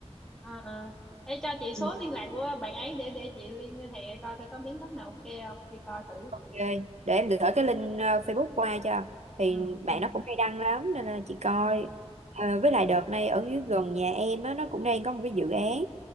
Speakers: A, in the centre; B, on the right.
A: à à. Ê cho chị
B: Ừ.
A: số liên lạc của bạn ấy để để chị liên hệ coi thử có miếng đất nào ok không, đi coi thử.
B: Ok, để em gửi cái link ờ, Facebook qua cho thì
A: Ừ
B: bạn
A: ừ
B: nó cũng hay đăng lắm nên là chị coi
A: ừ
B: Ờ, với lại đợt này ở dưới gần nhà em á nó cũng đang có một cái dự án